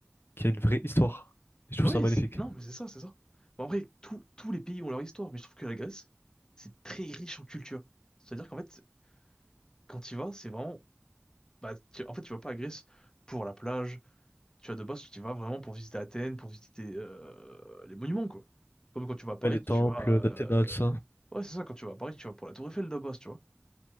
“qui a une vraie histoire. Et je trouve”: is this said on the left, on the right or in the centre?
Left